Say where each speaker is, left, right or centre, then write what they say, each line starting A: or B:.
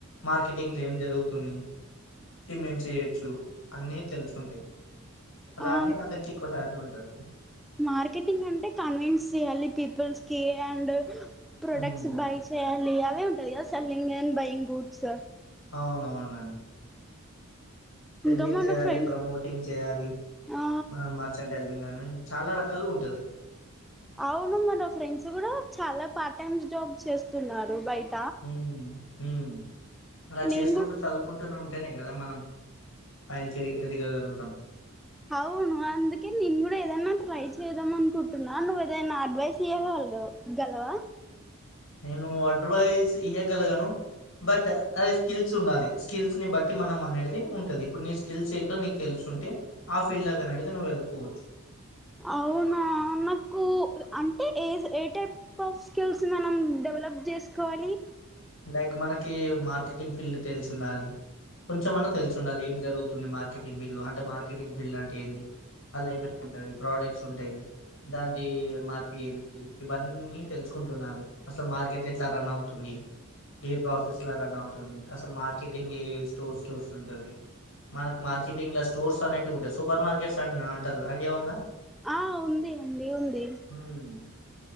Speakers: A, on the left; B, in the centre.
A: మార్కెటింగ్ లో ఏం జరుగుతుంది ఇ మేం చేయొచ్చు అన్నీ తెలుసుంటాయి అలానే
B: ఆ
A: అతనికి ఎక్కువ సార్లు ఉంటది
B: మార్కెటింగ్ అంటే కన్విన్స్ చేయాలి పీపుల్స్ కి అండ్ ప్రోడక్ట్స్
A: హ్మ్
B: బై చేయాలి అవే ఉంటది కదా సెల్లింగ్ అండ్ బైయింగ్ గూడ్స్
A: అవునవునండి సెల్లింగ్
B: ఇంకా మన
A: చేయాలి
B: ఫ్రెండ్
A: ప్రమోటింగ్ చేయాలి
B: ఆ
A: మనం మర్చంటైజింగ్ అని చాలా రకాలు ఉంటది
B: అవును మన ఫ్రెండ్స్ కూడా చాలా పార్ట్ టైమ్ జాబ్ చేస్తున్నారు బయట
A: మ్.. మ్ అలా
B: నేను
A: చేసుకుంటూ
B: కూడా
A: చదువుకుంటూనే ఉంట అటనే కదా మనం పైకిది ఎదగగలుగుతాం
B: అవును అందుకే నేను కూడా ఏదైనా ట్రై చేదాం అనుకుంటున్నా నువ్వు ఏదైనా అడ్వైజ్ ఇయ్యగ హలో గలవా
A: నేను ఎడ్వైజ్ ఇయగలగను బట్ అది స్కిల్స్ ఉండాలి స్కిల్స్ ని బట్టి మనం అనేది ఉంటది ఇప్పుడు నీ స్కిల్స్ ఏంటో నీకు తెలుసు ంటే ఆ ఫీల్డ్ దాకా అడితే నువ్వు వెళ్ళిపోచ్చు
B: అవునా నాకు అంటే ఏ ఏ టైప్ ఆఫ్ స్కిల్స్ మనం డెవలప్ జేసుకోవాలి
A: లైక్ మనకి మార్కెటింగ్ ఫీల్డ్ తెలిసి ఉండాలి కొంచెంమన్నా తెలిసిండాలి ఏం జరుగుతుంది మార్కెటింగ్ ఫీల్డ్ లో అంటే మార్కెటింగ్ ఫీల్డ్ అంటే ఏంటది దానిలొ ఏమేం ఉంటది ప్రోడక్ట్స్ ఉంటాయి దాంది మార్పి ఏంది ఇవన్నీ తెలుసుకుంటుండాలి అసలు మార్కెట్ ఎట్లా రన్ అవుతుంది ఏ ప్రాసెస్లా రన్ అవుతుంది అసలు మార్కెటింగ్ ఏ స్టోర్స్ కి వస్తుంటుది మనకు మార్కెటింగ్ లో స్టోర్స్ అనేటివి ఉంటాయి సూపర్ మార్కెట్స్ అ అంటారు ఐడియా ఉందా
B: ఆ ఉంది అండి ఉంది
A: ఉమ్